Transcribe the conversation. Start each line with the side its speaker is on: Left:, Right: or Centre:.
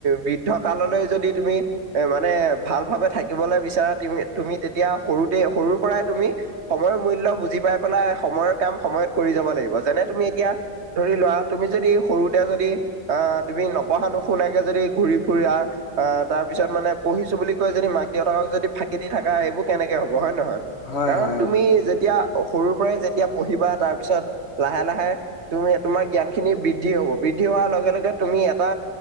Right: বৃদ্ধ কাললৈ যদি তুমি এ মানে ভাল ভাবে থাকিবলৈ বিচাৰা। তুমি তেতিয়া সৰুতে সৰুৰ পৰাই তুমি সময়ৰ বুজি পাই পেলাই সময়ৰ কাম সময়ত যাব লাগিব যেনে তুমি এতিয়া ধৰি লোৱা তুমি যদি সৰুতে যদি অ' তুমি নপঢ়া শুনাকে যদি ঘুৰি ফুৰা। তাৰ পিছত মানে পঢ়িছো বুলি কৈ যদি মাক দেউতাকক যদি ফাঁকি দি থকা সেইবোৰ কেনেকে হ'ব হয়নে নহয়।
Left: হয়
Right: কাৰণ
Left: হয়
Right: তুমি
Left: অ
Right: যেতিয়া সৰুৰ পৰাই যেতিয়া পঢ়িবা তাৰপিছত লাহে লাহে তুমি তোমাৰ জ্ঞানখিনি বৃদ্ধি হ'ব। বৃদ্ধি হোৱাৰ লগে লগে তুমি এটা